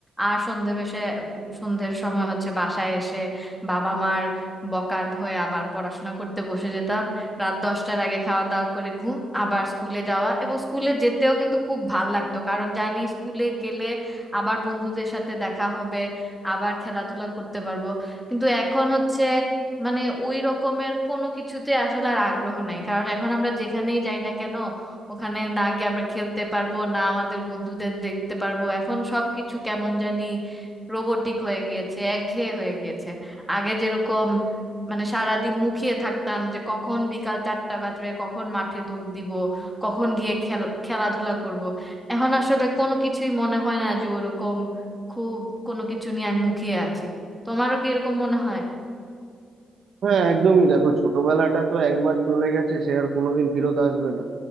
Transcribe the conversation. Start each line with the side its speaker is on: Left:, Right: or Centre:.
Centre: আর সন্ধে বেশে সন্ধ্যের সময় হচ্ছে বাসায় এসে বাবা মার বকার ভয়ে আবার পড়াশোনা করতে বসে যেতাম রাত দশটার আগে খাওয়া দাওয়া করে ঘুম আবার স্কুলে যাওয়া এবং স্কুলে যেতেও কিন্তু খুব ভাল লাগতো কারণ জানি স্কুলে গেলে আবার বন্ধুদের সাথে দেখা হবে আবার খেলাধুলা করতে পারবো কিন্তু এখন হচ্ছে মানে ওই রকমের কোনো কিছুতে আসলে আর আগ্রহ নাই কারণ এখন আমরা যেখানেই যাই না কেন ওখানে না গিয়ে আমরা খেলতে পারবো না আমাদের বন্ধুদের দেখতে পারবো এখন সবকিছু কেমন জানি রোবটিক হয়ে গিয়েছে একঘেয়ে হয়ে গিয়েছে আগে যেরকম মানে সারাদিন মুখিয়ে থাকতাম যে কখন বিকাল চারটা বাজবে কখন মাঠে দৌড় দিব কখন গিয়ে খেল খেলাধুলা করব এখন আসলে কোনো কিছুই মনে হয় না যে ওরকম খুব কোনো কিছু নিয়ে আমি মুখিয়ে আছি তোমারও কি এরকম মনে হয়
Right: হ্যাঁ একদমই দেখো ছোটবেলাটা তো একবার চলে গেছে সে আর কোনোদিন ফেরত আসবে না